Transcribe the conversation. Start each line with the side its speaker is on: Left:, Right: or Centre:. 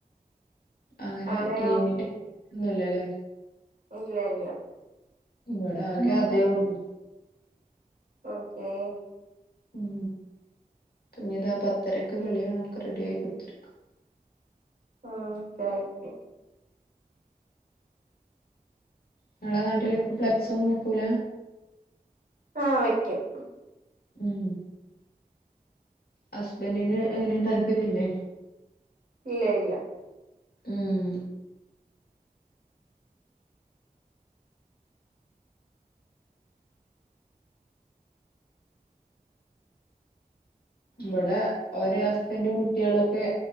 Left: അങ്ങനെ
Right: അവിടെയോ
Left: ടീമിന്റെ ഒന്നുംല്ലാല്ലേ
Right: ഇല്ല ഇല്ല
Left: ഇബടെ ആകെ അതെ ഒള്ളൂ
Right: ഓക്കെ
Left: ഉം പിന്നിതാ പത്തരയ്ക്ക് കളി കാണാ ഒക്കെ റെഡി ആയി കുത്തിരിക്കും
Right: ആഹ് ഓക്കെ ഓക്കെ
Left: ഇങ്ങളെ നാട്ടില് ഫ്ലക്സ് ഒന്നും വെക്കൂല
Right: ആഹ് വയ്ക്കും
Left: ഉം ഹസ്ബൻഡിന് എങ്ങനെ താല്പര്യല്ലേ
Right: ഇല്ല ഇല്ല
Left: ഉം ബടെ ഓര് ഹസ്ബൻ്റും കുട്ടിളൊക്കെ